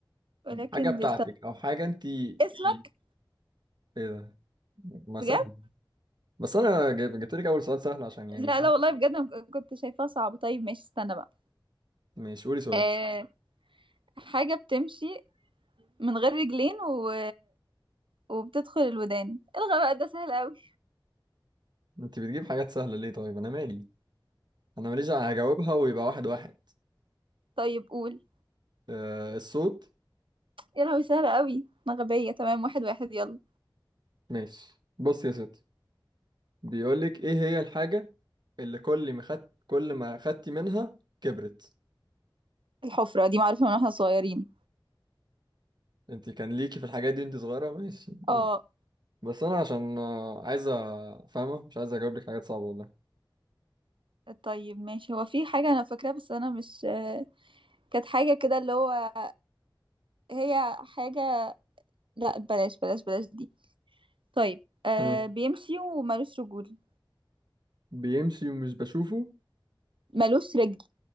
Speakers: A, on the right (about 75°); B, on the right (about 55°).
A: ولكن
B: حاجه بتاعتك
A: بيستنى
B: او حاجه انت ايه
A: اسمك
B: ده ما
A: بجد
B: سهل بس انا جايب- جبت لك اول سؤال سهل عشان يعني
A: لا لا والله بجد انا كنت شايفاها صعبة طيب ماشي استنى بقى
B: ماشي قولي سؤال
A: آه حاجة بتمشي من غير رجلين و... وبتدخل الودان الغى بقى ده سهل قوي
B: انت بتجيب حاجات سهله ليه طيب انا مالي انا ماليش هجاوبها ويبقى واحد واحد
A: طيب قول
B: آه الصوت
A: يا لهوي سهل قوي انا غبية تمام واحد واحد يلا
B: ماشي بص يا ستي بيقول لك ايه هي الحاجة اللي كل ما خدت كل ما خدتي منها كبرت
A: الحفرة دي معروفة من واحنا صغيرين
B: انت كان ليكي في الحاجات دي انت صغيرة ماشي قول.
A: اه
B: بس انا عشان آه، عايزة فاهمة مش عايز اجاوب لك حاجات صعبة والله
A: طيب ماشي هو في حاجة انا فاكراها بس انا مش آه، كانت حاجة كده اللي هو هي حاجة لا بلاش بلاش بلاش دي طيب آه
B: ها.
A: بيمشي ومالوش رجول
B: بيمشي ومش بشوفه
A: مالوش رجل